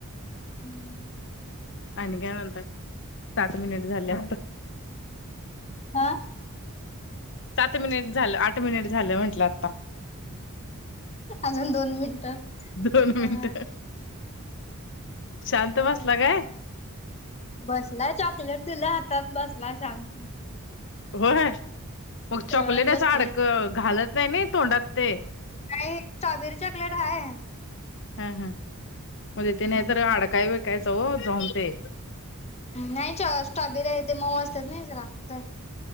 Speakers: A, on the left (about 30°); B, on the left (about 55°).
A: हम्म
B: आणि काय म्हणताय? सात मिनिट झाले आता
A: हां
B: सात मिनिट झालं, आठ मिनिट झालं म्हटलं आता.
A: अजून दोन मिनटं
B: दोन मिनिटं
A: अ
B: शांत
A: होय.
B: बसला काय
A: बसलाय चॉकलेट दिलं हातात, बसलाय शांत.
B: होय मग चॉकलेट
A: सगळत
B: असं
A: बसते
B: अडकत घालत नाही नी तोंडात ते.
A: नाही, स्ट्रॉबेरी चॉकलेट हाय
B: हम, हम म ते नाहीतर
A: हम्म
B: अडकाय बिडकायच हो जाऊन ते.
A: नाहीच स्ट्रॉबेरी आहे ते मऊ असत्यात नयी जरासं